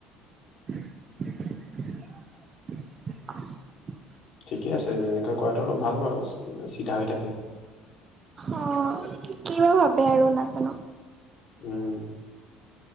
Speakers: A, on the right; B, on the left.
A: <unintelligible> অহ',
B: ঠিকে আছে তেনেকোৱা কৰাটো অলপ ভাল বাৰু চিধা হৈ থাকে।
A: অ, কিবা ভাবে আৰু নাজানো।
B: উম,